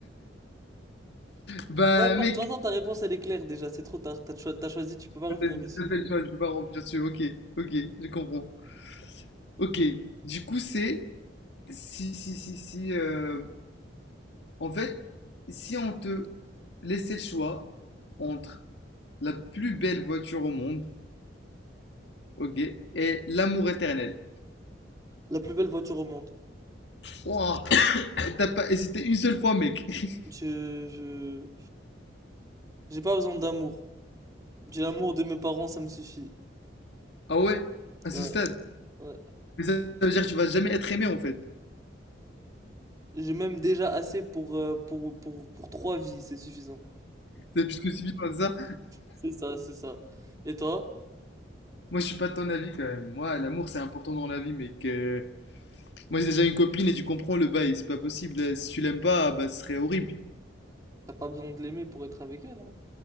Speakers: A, on the left; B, on the right.
A: Bah
B: Peu importe,
A: mec,
B: de toute façon, ta réponse elle est claire déjà, c'est trop tard. T'as cho- t'as choisi, tu peux pas revenir
A: t'as fait
B: dessus.
A: le choix, je peux pas revenir dessus. Ok, ok, je comprends. Ok, du coup, c'est. Si, si, si, si. euh, En fait, si on te laissait le choix entre la plus belle voiture au monde Ok. Et l'amour éternel.
B: La plus belle voiture au monde.
A: Ouah, t'as pas hésité une seule fois, mec. <laughs>
B: Je, je, j'ai pas besoin d'amour. J'ai l'amour de mes parents, ça me suffit.
A: Ah ouais? À ce
B: Ouais,
A: stade.
B: ouais.
A: Mais ça veut dire que tu vas jamais être aimé, en fait.
B: J'ai même déjà assez pour, euh, pour, pour, pour trois vies, c'est suffisant.
A: C'est plus que suffit par ça.
B: C'est ça, c'est ça. Et toi,
A: Moi, je suis pas de ton avis, quand même. Moi, l'amour, c'est important dans la vie, mec. Euh, Moi, j'ai déjà une copine et tu comprends le bail. C'est pas possible. Euh, Si tu l'aimes pas, bah, ce serait horrible.
B: t'as pas besoin de l'aimer pour être avec elle, hein?